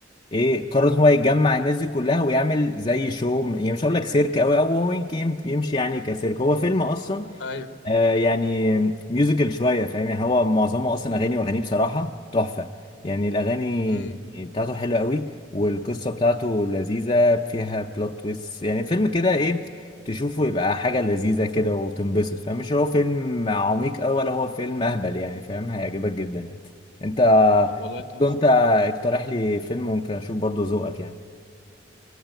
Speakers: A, on the left; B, on the left.
A: إيه قرر هو يجمع الناس دي كلها ويعمل زي شو يعني مش هقول لك سيرك أوي أو هو يمكن يمشي يعني كسيرك هو فيلم أصلا
B: ايوه
A: آه يعني ميوزيكال شوية فاهم يعني هو معظمه أصلا أغاني وأغانيه بصراحة تحفة يعني الأغاني
B: امم
A: يعني بتاعته حلوة قوي والقصة بتاعته لذيذة فيها بلوت تويست يعني فيلم كده إيه تشوفه يبقى حاجة لذيذة كده وتنبسط فاهم مش هو فيلم عميق أوي ولا هو فيلم أهبل يعني فاهم هيعجبك جدا يعني أنت
B: طب والله تحفه
A: برضه أنت اقترح لي فيلم ممكن أشوف برضه ذوقك يعني